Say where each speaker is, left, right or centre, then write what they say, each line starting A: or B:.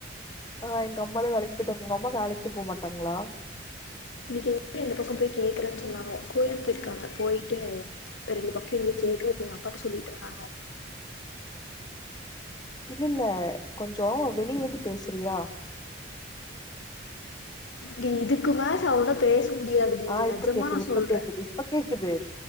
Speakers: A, on the left; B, on the left.
A: ஆ எங்க அம்மால வேலைக்கி போயிட்டாங்க உங்க அம்மா வேலைக்கே போ மாட்டாங்களா
B: இன்னிக்கு எங்க ரெண்டு பக்கம் போய் கேக்குறேன்னு சொன்னாங்க கோவில் போயிருக்காங்க போயிட்டு ரெண்டு பக்கம் எங்கயும் கேக்குறீங்க அப்பாட்ட சொல்லிட்டு இருந்தாங்க
A: இல்லல்ல கொஞ்ச வெளிய வந்து பேசுறியா
B: து இதுக்குமேல சவுண்டா பேச முடியாது டி
A: ஆ
B: நெஜமா
A: இப்ப கேக்குது
B: நா
A: இப்ப
B: சொல்றேன்
A: கேக்குது இப்ப கேக்குது